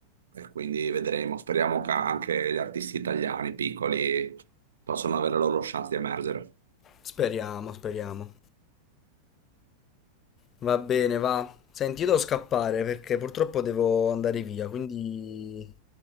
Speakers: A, on the right (about 65°); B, on the left (about 30°).
A: e quindi vedremo. Speriamo che anche gli artisti italiani piccoli possano avere la loro chance di emergere.
B: Speriamo, speriamo. Va bene, va. Senti, io devo scappare perché purtroppo devo andare via, quindi